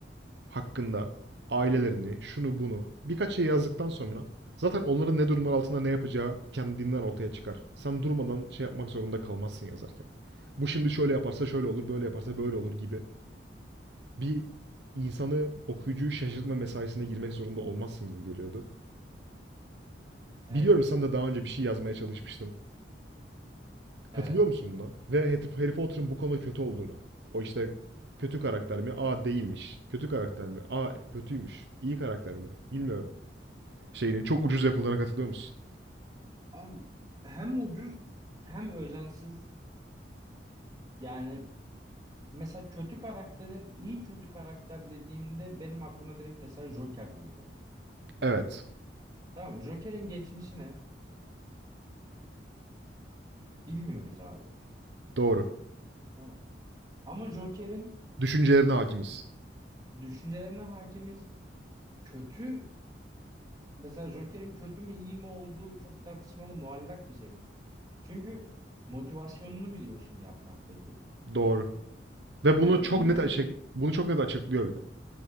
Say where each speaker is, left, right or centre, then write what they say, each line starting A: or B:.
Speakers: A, on the right; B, on the right.
A: hakkında ailelerini, şunu bunu birkaç şey yazdıktan sonra zaten onların ne durumlar altında ne yapacağı kendinden ortaya çıkar. Sen durmadan şey yapmak zorunda kalmazsın yazarken. Bu şimdi şöyle yaparsa şöyle olur, böyle yaparsa böyle olur gibi bir insanı okuyucuyu şaşırtma mesaisine girmek zorunda olmazsın gibi geliyordu.
B: Evet.
A: Biliyorum sen de daha önce bir şey yazmaya çalışmıştın. Katılıyor
B: Evet.
A: musun buna? Ve Harry Potter'ın bu konuda kötü olduğunu. O işte kötü karakter mi? Aa değilmiş. Kötü karakter mi? Aa kötüymüş. İyi karakter mi? Bilmiyorum. şeyinin çok ucuz yapıldığına katılıyor musun?
B: Abi hem ucuz hem özensiz. Yani mesela kötü karakterin iyi kötü karakter dediğimde benim aklıma direkt mesela Joker geliyor.
A: Evet.
B: Tamam mı? Joker'in geçmişi ne? Bilmiyoruz abi.
A: Doğru.
B: Tamam mı? Ama Joker'in
A: Düşüncelerine hakimiz.
B: düşüncelerine hakimiz. Kötü mesela Joker'in kötü mü iyi mi olduğu çok tartışmalı muallak bir şey. Çünkü motivasyonunu biliyorsun yapmaktaki.
A: Doğru. Ve
B: Yani
A: bunu çok
B: iyi
A: net
B: bir kötü,
A: açık bunu çok net açıklıyor bir de.